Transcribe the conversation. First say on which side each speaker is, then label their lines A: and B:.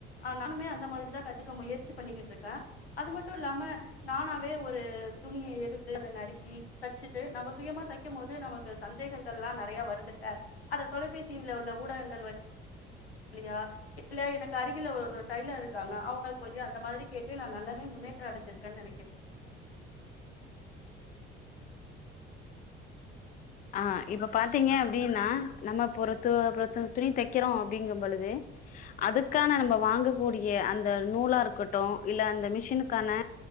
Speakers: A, on the left (about 85°); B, on the left (about 30°).
A: ஆஹ் நானுமே அந்த மாதிரிதான் கத்துக்க முயற்சி பண்ணிக்கிட்டு இருக்கேன் அது மட்டும் இல்லாம நானாவே ஒரு துணியை எடுத்து அதை நறுக்கி தைச்சுட்டு நம்ம சுயமா தைக்கும் போது நமக்கு சந்தேகங்கள் லாம் வருதுட்ட அதை தொலைபேசியில் உள்ள ஊடகங்கள் வ இல்லையா இல்ல எனக்கு அருகில் ஒரு கைல இருக்காங்க அவங்களுக்கு போய் அந்த மாதிரி கேட்டு நான் நல்லாவே முன்னேற்றம் அடைஞ்சிருக்கேன்னு
B: ஆஹ் இப்ப பாத்தீங்க அப்படின்னா நம்ம பொற துணி தைக்கிறோம் அப்படிங்கும் பொழுது அதுக்கான நம்ம வாங்கக்கூடிய அந்த நூலா இருக்கட்டும் இல்ல அந்த மிஷினுக்கான